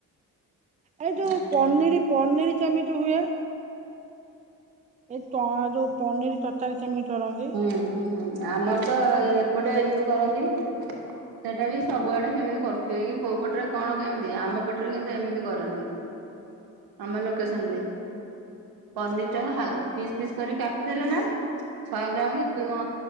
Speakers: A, on the right (about 20°); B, on the right (about 80°).
A: ଏଇ ଯୋଉ
B: ଆଛା
A: ପନିର ପନିର କେମିତି ହୁଏ? ଏଇ ତ ଯୋଉ ପନିର ତରକାରୀ କେମିତି କରନ୍ତି?
B: ହୁଁ ହୁଁ ଆମର ତ ଏପଟେ ଏମିତି କରନ୍ତି ସେଟା ବି ସବୁଆଡେ ସେମିତି କରୁଥିବେ କି କୋଉ ପଟରେ କଣ କେମିତି ଆମ ପଟରେ କିନ୍ତୁ ଏମିତି କରନ୍ତି। ଆମ ଲୋକେସନ ଲେ ପନିର ଟା ପିସ୍ ପିସ୍ କରିକି କାଟିଦେଲେ ନା? ଶହେ ଗ୍ରାମ କି ଅ